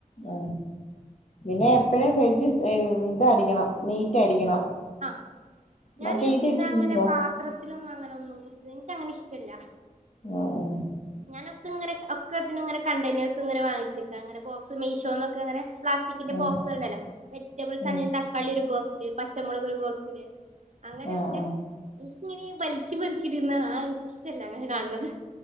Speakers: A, on the left; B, on the right.
A: ഉ പിന്നെ എപ്പഴും ഫ്രിഡ്ജ് ഇതായിരിക്കണം നീറ്റ് ആയിരിക്കണം
B: ആഹ് ഞാന്
A: മറ്റേ ഇത്
B: പിന്നെ
A: ഇട്ടിട്ടുണ്ടോ
B: അങ്ങനെ പാത്രത്തിലൊന്നും അങ്ങനെ ഒന്നും എനിക്കങ്ങനെ ഇഷ്ടല്ല
A: ആഹ ആഹ
B: ഞാനൊക്കെ ഇങ്ങനെ ഒക്കത്തിനനെ കണ്ടനേഴ്സ് ഇങ്ങെ വാങ്ങിച്ചിക്ക അങ്ങന ബോസ് മീഷോ എന്നൊക്കെ അങ്ങനെ പ്ലാസ്റ്റിന്റെ
A: ആ
B: ബോക്സ്ണ്ടല്ലോ വെജറ്റബിൾ
A: ആ
B: ആണെങ്ക തക്കാളി ഒരു ബോക്സ് പച്ച മുളക് ഒരു ബോക്സില് അങ്ങനെയൊക്കെ
A: ആ ആ ആ
B: ഇങ്ങനെ വലിച്ചു പെറക്കിട്ടുന്ന ആ ഇഷ്ടമല്ല അങ്ങനെ കാണത്